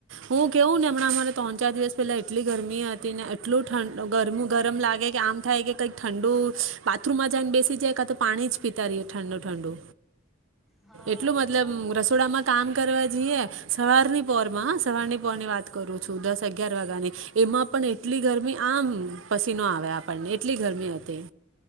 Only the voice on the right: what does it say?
હું કેવું ને હમણાં અમારે ત્રણ ચાર દિવસ પેલા એટલી ગરમી હતી... ને એટલું ઠડ ગરમું ગરમ લાગે કે આમ થાય કે કંઈક ઠંડુ બાથરૂમમાં જાયને બેસી જાય કા તો પાણી જ પીતા રહીએ ઠંડુ ઠંડુ
એટલું મતલબ
રસોડામાં કામ કરવા જઈએ સવારની પોર માં સવાર ની પોરની વાત કરું છું દસ અગિયાર વાગ્યાની.. એમાં પણ એટલી ગરમી આમ.... પછી ન આવે આપણને એટલી ગરમી હતી